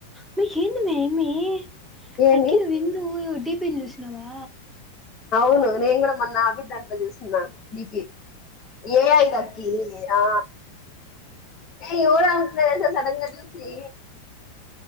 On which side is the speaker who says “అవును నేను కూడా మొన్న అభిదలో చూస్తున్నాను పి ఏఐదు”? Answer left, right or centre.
Left